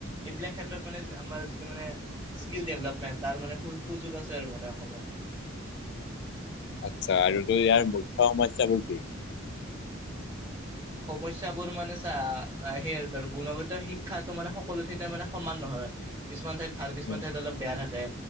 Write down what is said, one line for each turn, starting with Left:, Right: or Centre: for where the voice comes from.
Right: এইবিলাক ক্ষেত্ৰত মানে আমাৰ যিটো মানে- স্কিল ডেভেলপমেণ্ট তাৰ মানে সুযোগ আছে আৰু মানে অসমত।
Left: আৎচ্ছা আৰু তোৰ ইয়াৰ মুখ্য সমস্যাবোৰ কি?
Right: সমস্যাবোৰ মানে চা, সেই আৰু ধৰ গুণগত শিক্ষাটো মানে সকলো ঠাইতে মানে সমান নহয়। কিছুমান ঠাইত ভাল কিছুমান
Left: উম,
Right: ঠাইত অলপ বেয়া থাকে